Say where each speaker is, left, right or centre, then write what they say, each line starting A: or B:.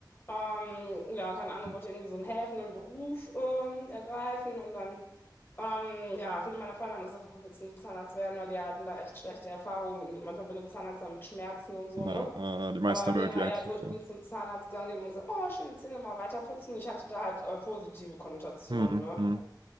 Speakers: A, on the left; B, on the right.
A: ähm, ja, keine Ahnung,
B: Hm.
A: wollte irgendwie so einen helfenden Beruf ähm, ergreifen und dann, ähm, ja, viele meiner Freunde haben gesagt, warum willst du Zahnarzt werden, weil die hatten da echt schlechte Erfahrungen und man verbindet Zahnarzt dann mit Schmerzen und so,
B: Na,
A: ne?
B: äh, die meisten
A: Aber bei
B: haben
A: mir
B: irgendwie
A: war
B: Angst
A: eher so,
B: davor.
A: ich bin zum Zahnarzt gegangen, die haben gesagt, oh, schöne Zähne, mal weiter putzen. Ich hatte da halt äh, positive Konnotationen,
B: Hm,
A: ne?
B: hm.